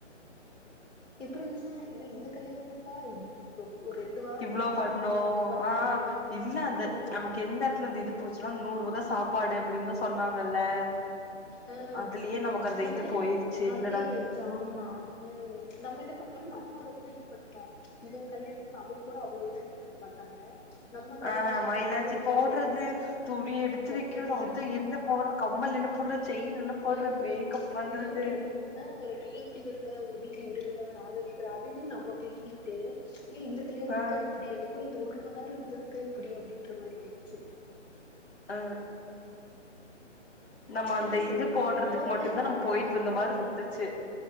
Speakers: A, on the left; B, on the left.
A: எப்டி இருந்துச்சுனா இ இந்த கல்யாணத்துக்கா ஒ ஒரு ரெண்டு வாரமா
B: இவ்ளோ பண்ணோ
A: அது பண்ணலா இது பண்ணலா
B: ஆ
A: பண்ணிட்டு இருந்தோ
B: இல்ல
A: அப்டின்ற
B: அந்து
A: மாரி
B: நமக்கு எந்த இடத்துல அந்த இது போச்சின நூறு வகை சாப்பாடு அப்படின்னுதா சொன்னாங்கல்ல
A: ஆ
B: அதுலயே நமக்கு அந்த
A: நம்ம
B: இது போயிருச்சு என்னடா
A: அதுலயே போயிடுச்சு ஆமா ம் நம்ம என்ன பண்றோம்னா அம்மா ரொத்த இது பண்டோ இவங்க கல்யாணத்துக்கு அவுங்க கூட அவ்ளோ இத இருந்திருக்க மாட்டாங்க நம்ம கல்யாண
B: ஆ
A: சுட்டு
B: மயிலாஞ்சி
A: ட்ரெஸ் எடுக்கறது
B: போடுறது துணி எடுத்து
A: ட்ரெஸ்
B: வெக்கிறது
A: எடுக்கறது
B: அது என்ன போடுற கம்மல் என்ன போடுற செய்ன் என்ன போடுற
A: ஆ
B: மேக்கப் பண்றது
A: நீ எப்டி ஆ நீ எப்டி வருவே உ வீட்ல விடலயா நானு கேக்குறே அது இதுவு நம்ம பேசிட்டு ஏ இந்த கல்யாணத்துக்கா
B: ஆ
A: இப்டி அந்தப்போய் இந்த ஒரு மணி நேரோ இருந்ததுக்கா இப்டி அப்டின்ற மாறி ஆயிடுச்சு
B: ஆ நம்ம
A: ஏன்னா
B: அந்த இது போடுறதுக்கு
A: போறது
B: மட்டுதா
A: வரது
B: நம்ம போயிட்டு
A: அந்தக்கே
B: வந்த மாறி இருந்துச்சு